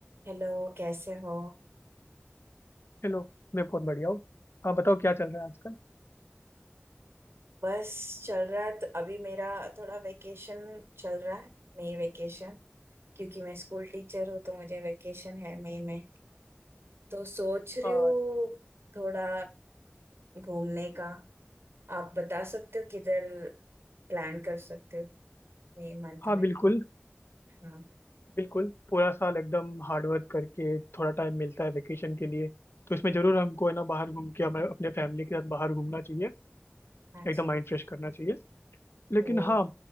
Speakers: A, on the right (about 80°); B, on the left (about 75°).
A: Hello कैसे हो
B: चलो मैं बहुत बढ़िया हूँ हाँ बताओ क्या चल रहा है आजकल
A: बस चल रहा है तो अभी मेरा थोड़ा वेकेशन चल रहा है मई वेकेशन क्योंकि मैं स्कूल टीचर हूँ तो मुझे वेकेशन है मई में तो सोच रही
B: हाँ
A: हूँ थोड़ा घूमने का आप बता सकते हो किधर प्लान कर सकते हो मई मंथ
B: हाँ
A: में
B: बिल्कुल
A: हाँ
B: बिल्कुल पूरा साल एकदम हार्ड वर्क करके थोड़ा टाइम मिलता है वेकेशन के लिए तो इसमें जरूर हमको है ना बाहर घूम के हमें अपने फैमिली के साथ बाहर घूमना चाहिए
A: हाँ
B: एकदम
A: जी
B: माइंड फ्रेश करना चाहिए लेकिन
A: वही।
B: हाँ